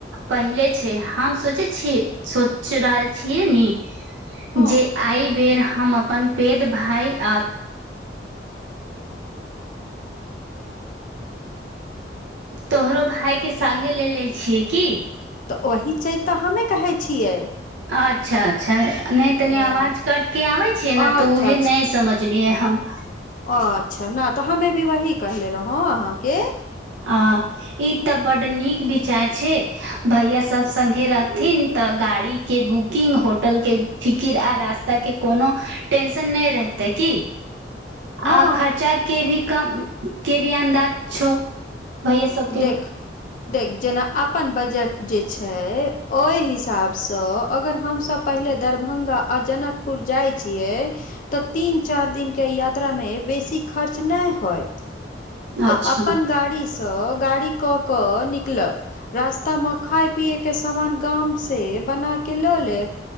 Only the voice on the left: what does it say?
हँ
तऽ ओही चीज तऽ हमे कहै छियै
हँ
अच्छा
ओ अच्छा ने तऽ हमे भी वही कहले रहौ अहाँके।
हँ
देख देख जेना अपन बजट जे छैय ओहि हिसाबसँ अगर हमसब पहिले दरभंगा आ जनकपुर जाय छियै तऽ तीन चार दिनके यात्रामे बेसी खर्च नहि होय। आ
अपन गाड़ीसँ, गाड़ी कऽ कऽ निकलब। रास्तामे खाय पियए के सामान गाम से बना के लऽ लेब।